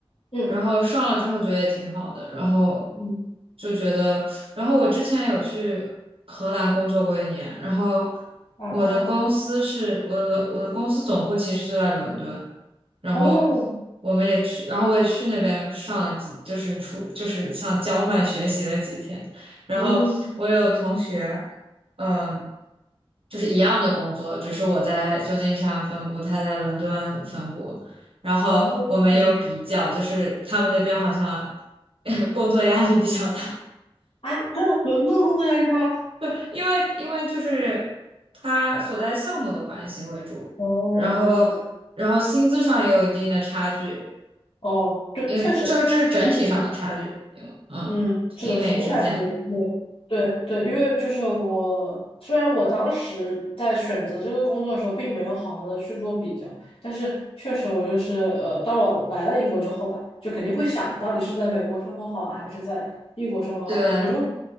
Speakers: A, on the left; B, on the right.
A: 嗯
B: 然后上了之后觉得也挺好的，然后
A: 嗯
B: 就觉得，然后我之前有去荷兰工作过一年，然后
A: 啊
B: 我的公司是我的我的公司总部其实就在伦敦，然后
A: 哦
B: 我们也去，然后我也去那边上了几，就是出就是像交换学习了几天，然后我有同学，
A: 嗯
B: 嗯。就是一样的工作，只是我在旧金山分部，他在伦敦分部。然后我没有比较，
A: 哦嗯
B: 就是他们那边好像 <laughs> 工作压力比较大，
A: 啊，真的伦敦工作压力大吗？
B: <laughs> 不是因为因为就是他所在项目的关系为主，
A: 哦
B: 然后然后薪资上也有一定的差距，
A: 哦，对，
B: 因为就是这是整体上的差距，
A: 确实。
B: 因为嗯，
A: 嗯，是的，
B: 英美之间，
A: 是的，我感觉对对对，因为就是我，虽然我当时在选择这个工作的时候，并没有好好的去做比较，但是确实我就是呃，当我来了英国之后吧，就肯定会想的到底是在美国生活好啊，还是在英国生活好，
B: 对，
A: 我就会